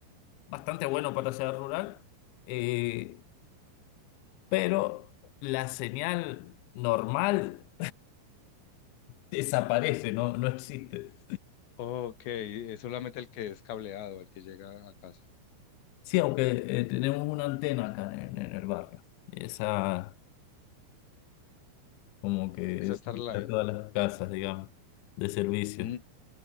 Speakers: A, on the left (about 85°); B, on the left (about 65°).
A: bastante bueno para ser rural, eh, pero la señal normal desaparece, no, no existe.
B: Ok, es solamente el que es cableado, el que llega a casa.
A: Sí, aunque eh, tenemos una antena acá en, en el barrio. Esa como que
B: Esa
A: es
B: Starline.
A: para todas las casas, digamos, de servicio.
B: Mm,